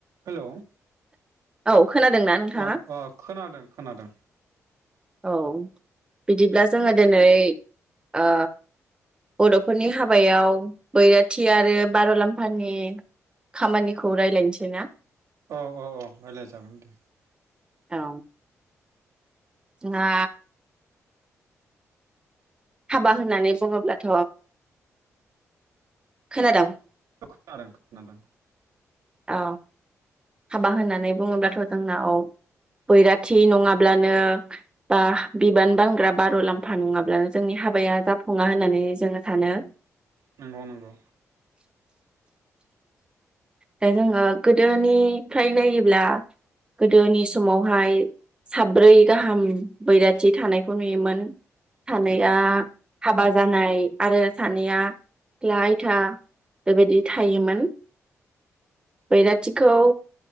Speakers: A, on the right; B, on the right.
A: Hello.
B: औ खोनादोंना नोंथाङा
A: अ अ खोनादों खोनादों।
B: औ बिदिब्ला जोङो दोनै ओ बर'फोरनि हाबायाव बैराथि आरो बार'लाम्फानि खामानिखौ रायलायनोसै ना?
A: औ औ औ रायलाय जागोन दे।
B: औ। ना। हाबा होननानै बुङोब्लाथ' खोनादोंं
A: ओ खोनादों खोनादों।
B: औ। हाबा होननानै बुङोब्लाथ' जोंना औ बैराथि नङाब्लानो बा बिबान बानग्रा बार'लाम्फा नङाब्लानो जोंनि हाबाया जाफुङा होननानै जोङो सानो।
A: नंगौ नंगौ।
B: दा जोङो गोदोनिफ्राय नायोब्ला गोदोनि समावहाय साब्रै गाहाम बैराथि थानायखौ नुयोमोन। थानैया
A: नंगौ
B: हाबा जानाय आरो सानैया सिख्ला आयथा बेबायदि। थायोमोन बैराथिखौ